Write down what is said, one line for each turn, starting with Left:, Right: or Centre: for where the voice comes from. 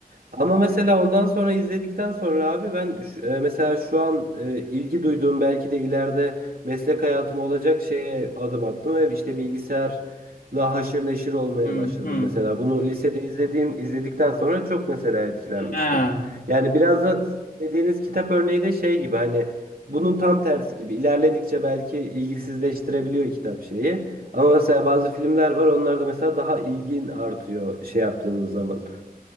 Right: Ama mesela ondan sonra izledikten sonra abi ben şu- e, mesela şu an e, ilgi duyduğum belki de ileride meslek hayatım olacak şeye adım attım ve işte bilgisayarla haşır neşir olmaya
Left: Hmm,
Right: başladım
Left: hmm.
Right: mesela. Bunu lisede izlediğim izledikten sonra çok mesela etkilenmiştim.
Left: Ha.
Right: Yani biraz da dediğiniz kitap örneği de şey gibi hani bunun tam tersi gibi. İlerledikçe belki ilgisizleştirebiliyor kitap şeyi. Ama mesela bazı filmler var onlarda mesela daha ilgin artıyor şey yaptığınız zaman.